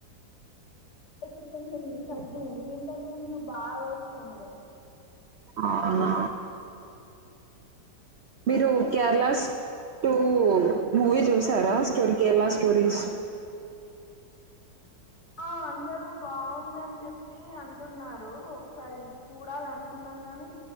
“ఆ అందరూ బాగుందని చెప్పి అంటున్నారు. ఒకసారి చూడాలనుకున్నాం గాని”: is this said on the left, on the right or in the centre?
Left